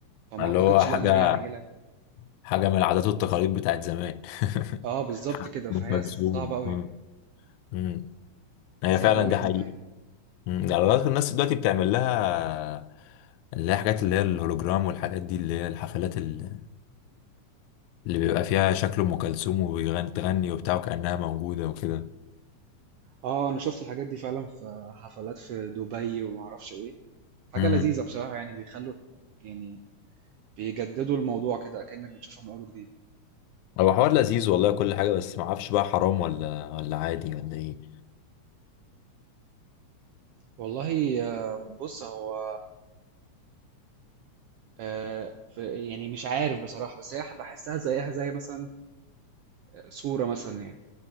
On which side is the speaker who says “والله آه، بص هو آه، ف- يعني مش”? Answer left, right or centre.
Right